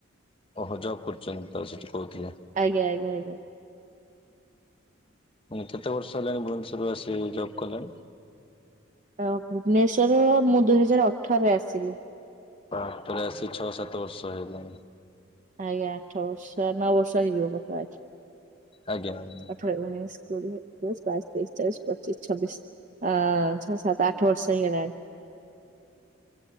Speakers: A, on the left; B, on the right.
A: ଓହୋ ଜବ୍ କରୁଚନ୍ତି ତ ସେଠି କୋହୁଥିଲେ।
B: ଆଜ୍ଞ ଆଜ୍ଞା ଆଜ୍ଞା।
A: ମାନେ କେତେ ବର୍ଷ ହେଲାଣି ଭୁବନେଶ୍ୱରରୁ ଆସି ଜବ୍ କଲେଣି।
B: ଅଁ ଭୁବନେଶ୍ଵର ମୁଁ ଦୁଇ ହଜାର ଅଠରରେ ଆସିଲି।
A: ବାପ୍ ରେ ଆସି ଛଅ ସାତ ବର୍ଷ ହେଲାଣୀ।
B: ଆଜ୍ଞା ଆଠ ବର୍ଷ ନଅ ବର୍ଷ ହେଇଯିବ <unintelligible>
A: ଆଜ୍ଞା ଆଜ୍ଞା।
B: ଠର, ଉଣେଇଶ, କୋଡିଏ, ଏକୋଇଶି, ବାଇଶି, ତେଇଶି, ଚବିଶି, ପଚିଶି, ଛବିଶି। ଅଁ ଛଅ ସାତ ଆଠ ବର୍ଷ ହେଇଗଲାଣି।